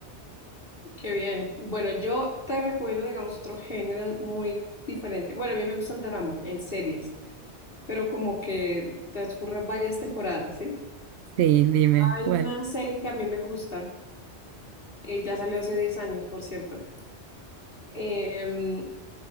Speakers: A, on the left; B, on the right.
A: Qué bien. Bueno, yo te recomiendo, digamos, otro género muy diferente. Bueno, a mí me gusta el drama en series, pero como que transcurre varias temporadas, ¿sí?
B: Sí, dime,
A: Hay
B: ¿cuál?
A: una serie que a mí me gusta, eh, ya salió hace 10 años, por cierto. Em,